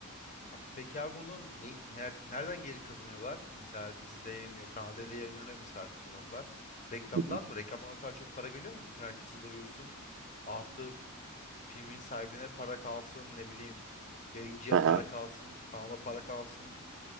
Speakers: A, on the left; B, on the right.
A: Tamam. Peki abi bunu ne, ner- nereden geri kazanıyorlar? Mesela dizide yayınlıyor. Kanal D'de yayınlanıyor mesela Arka Sokaklar. Reklamdan
B: Hı hı.
A: mı? Reklamdan o kadar çok para geliyor mu? Bütün herkesi doyursun. Artı filmin sahibine para kalsın. Ne bileyim. Yayıncıya
B: Aha.
A: para kalsın. Kanala para kalsın.